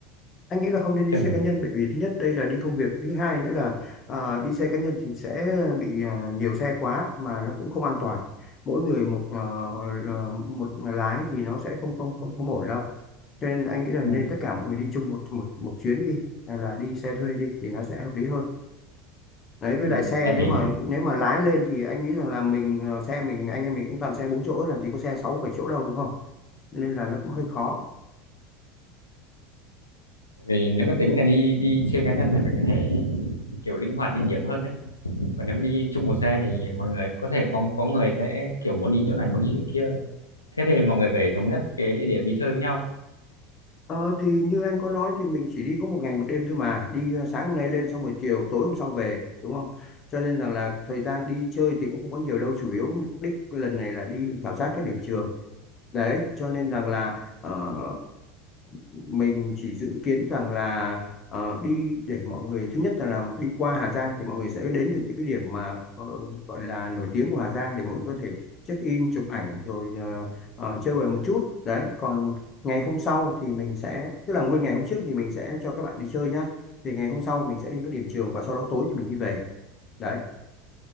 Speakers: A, on the left; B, on the left.
A: anh nghĩ là không nên đi
B: Trường
A: xe cá nhân bởi vì thứ nhất đây là đi công việc thứ hai nữa là ờ, đi xe cá nhân thì sẽ bị ờ, nhiều xe quá mà nó cũng không an toàn mỗi người một ờ, ờ, một lái thì nó sẽ không không không không ổn đâu cho nên anh nghĩ là
B: ừ.
A: nên tất cả mọi người đi chung một một một chuyến đi hay là đi xe thuê đi thì nó sẽ hợp lý hơn đấy với
B: Ừ.
A: lại xe
B: Tại
A: nếu
B: vì
A: mà nếu mà lái lên thì anh nghĩ rằng là mình ờ, xe mình anh em mình cũng toàn xe bốn chỗ làm gì có xe sáu bảy chỗ đâu đúng không nên là nó cũng hơi khó
B: vì nếu mà tính là đi đi xe cá nhân thì mình có thể kiểu linh hoạt địa điểm hơn đấy còn nếu mà đi chung một xe thì mọi người có thể có có người sẽ kiểu muốn đi chỗ này muốn đi chỗ kia thế thì mọi người phải thống nhất cái địa điểm đi chơi với nhau
A: Ờ, thì như anh có nói thì mình chỉ đi có một ngày một đêm thôi mà đi ờ, sáng hôm nay lên xong rồi chiều tối hôm sau về đúng không cho nên rằng là thời gian đi chơi thì cũng không có nhiều đâu chủ yếu mục đích lần này là đi khảo sát các điểm trường đấy cho nên rằng là ờ, mình chỉ dự kiến rằng là ờ, đi để mọi người thứ nhất là làm đi qua Hà Giang thì mọi người sẽ đến được những cái điểm mà ờ, gọi là nổi tiếng của Hà Giang để mọi người có thể check in chụp ảnh rồi ờ, ờ, chơi bời một chút đấy còn ngày hôm sau thì mình sẽ tức là nguyên ngày hôm trước thì mình sẽ cho các bạn đi chơi nhá thì ngày hôm sau mình sẽ đi các điểm trường và sau đó tối thì mình đi về đấy